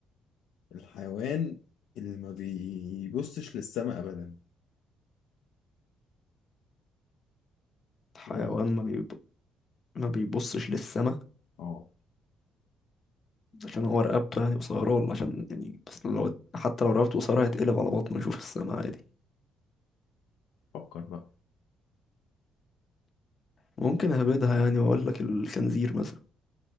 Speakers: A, on the left; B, on the left.
A: الحيوان اللي ما بيبصش للسماء ابدا
B: حيوان
A: ايه رأيك؟
B: ما بيب... ما بيبصش للسما
A: اه
B: عشان هو رقبته يعني قصيرة ولا عشان يعني اصل لو حتى لو رقبته قصيرة هيتقلب على بطنه يشوف السما عادي
A: فكر بقى
B: ممكن اهبدها يعني واقول لك الخنزير مثلا